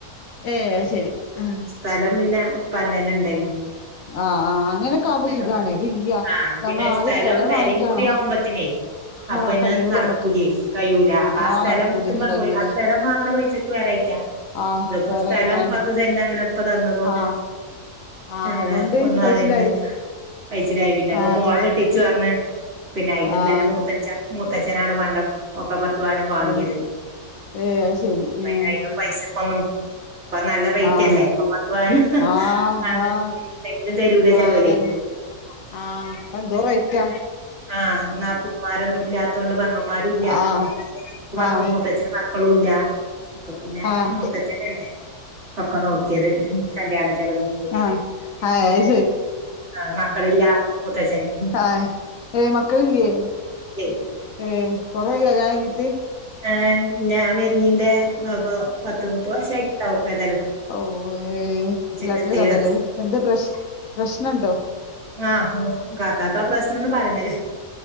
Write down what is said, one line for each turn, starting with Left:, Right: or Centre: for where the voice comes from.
Left: ഏയ് അയ് ശരി ആഹ
Right: സ്ഥലം പിന്നെ ഉപ്പാന്റന്നെ ഉണ്ടായിനു.
Left: ആഹ് ആഹ് അങ്ങനൊക്കെ
Right: ഹസ്ബൻഡു
Left: ആവുമ്പോ
Right: ആ പിന്നെ
Left: സുഖാണ് ഇതില്ല
Right: ആഹ
Left: നമ്മളാദ്യം
Right: പിന്നെ സ്ഥലം പെരിം
Left: വാങ്ങിട്ടാണോ
Right: കൂടി ആവുമ്പത്തിനേ? അപ്പൊന്നെ
Left: ആഹ് കയ്യൂല
Right: നടക്കൂലെയ്
Left: നമ്മക്ക്
Right: കയുല അപ്പൊ ആ
Left: ആഹ്
Right: സ്ഥലംമ്മൾ
Left: നടക്കൂലേ കയ്യൂല
Right: പോയി ആ സ്ഥലം വാങ്ങണ പൈസക്ക് പെര കേറ്റാ.
Left: ആഹ്
Right: ഇതിപ്പോ
Left: പറയറ്റാണ്ട്
Right: സ്ഥലം പത്ത് സെന്റ് അങ്ങനെ ഇപ്പ തന്നത് കൊണ്ട്.
Left: ആഹ് ആഹ്
Right: അങ്ങനെ
Left: അതുകൊണ്ട്
Right: ഒന്നും
Left: പശിലായി
Right: അറിന്നില്ല കയിച്ചിലായി പിന്നെ അപ്പൊ
Left: ആഹ് അതന്നെ
Right: മോളെ കെട്ടിച്ചു പറ പിന്നെ അയിനും
Left: ആഹ്
Right: തന്നെ മൂത്തച്ഛൻ മൂത്തച്ഛനാണ് പണ്ടം. ഒക്കെ പത്തു പവനും വാങ്ങിയത്
Left: ഏഹ് ഏഹ് അത് ശരി
Right: പിന്നെ
Left: ഏഹ്
Right: അതിനും പൈസ. ഒന്നും ഇപ്പൊ നല്ല റേറ്റല്ലേ
Left: ആഹ്
Right: ഇപ്പൊ പത്തു പവനുംങ്ങനെ.
Left: ആഹ് ആഹ്
Right: ഇണ്ടെങ്കിലും തരൂല
Left: ആഹ്
Right: ചെലോ
Left: അതന്നെ
Right: ലെയ്.
Left: ആഹ് ഇപ്പെന്തോറേറ്റാ.
Right: ആഹ് നാത്തൂന്മാരൊന്നും ഇല്ലാത്തൊണ്ട് പെങ്ങന്മാരുല്ല.
Left: ആഹ്
Right: മക്ക
Left: ആഹ്
Right: മൂത്തച്ഛന് മക്കളും ഇല്ല. അപ്പൊ പിന്നെ
Left: ആഹ്
Right: മൂത്തച്ചെനല്ലേ ഒക്കെ നോക്കിയത് കല്യാണ ചെലവും.
Left: അ ആ
Right: ആഹ മക്കളില്ല മൂത്തച്ചന്.
Left: ആഹ് ഏ മക്കളിലേ?
Right: ഇലെയ്.
Left: ഏ കൊറേ ആയോ കല്യാണം കഴിഞ്ഞിട്ട്?
Right: ഏ ഞാൻ വരുണീന്റെപ്പ പത്ത് മുപ്പത് വർഷായിട്ടുണ്ടാവും ഏതായാലും.
Left: ഔവ്വേ വല്ലാത്തൊരു
Right: ഇരുപത്തേഴ്
Left: കഥ
Right: വർഷം
Left: ല്ലേ എന്ത് പ്രശ് പ്രശ്നണ്ടോ?
Right: ആഹ കാക്കാ ആ പ്രശ്നംന്ന പറയ്ണെ.